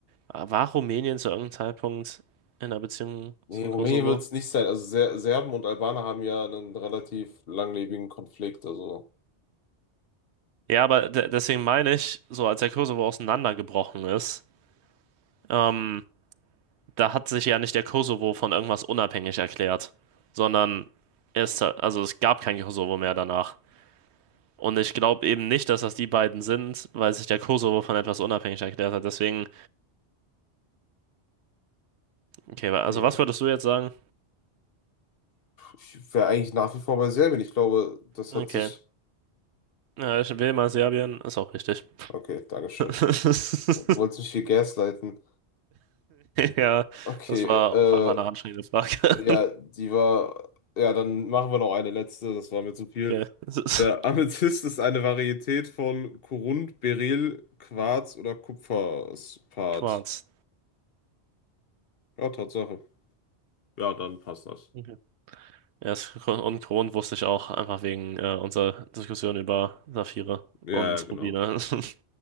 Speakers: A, on the right; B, on the left.
A: ah, War Rumänien zu irgendeinem Zeitpunkt in einer Beziehung
B: Nee,
A: zum
B: Rumänien
A: Kosovo?
B: wird es nicht sein. Also Ser Serben und Albaner haben ja einen relativ langlebigen Konflikt. Also
A: Ja, aber de deswegen meine ich, so als der Kosovo auseinandergebrochen ist, ähm, da hat sich ja nicht der Kosovo von irgendwas unabhängig erklärt, sondern es, also es gab kein Kosovo mehr danach. Und ich glaube eben nicht, dass das die beiden sind, weil sich der Kosovo von etwas unabhängig erklärt hat. Deswegen, okay, wa- also
B: hm.
A: was würdest du jetzt sagen?
B: Ich wäre eigentlich nach wie vor bei Serbien. Ich glaube, das
A: Okay.
B: hat sich.
A: Ja, ich will mal Serbien, ist auch richtig.
B: Okay, Dankeschön.
A: <laughs>
B: Wolltest mich hier gaslighten.
A: Ja,
B: Okay,
A: das war
B: äh,
A: auch einfach eine anstrengende Frage.
B: Ja,
A: <laughs>
B: die war. Ja, dann machen wir noch eine letzte, das war mir zu viel.
A: Okay, es ist
B: Der Amethyst ist eine Varietät von Korund, Beryl, Quarz oder Kupferspat.
A: Quarz.
B: Ja, Tatsache. Ja, dann passt das.
A: Okay. Ja, es, und Kron wusste ich auch, einfach wegen äh, unserer Diskussion über Saphire
B: Ja,
A: und
B: ja, genau.
A: Rubine. <laughs>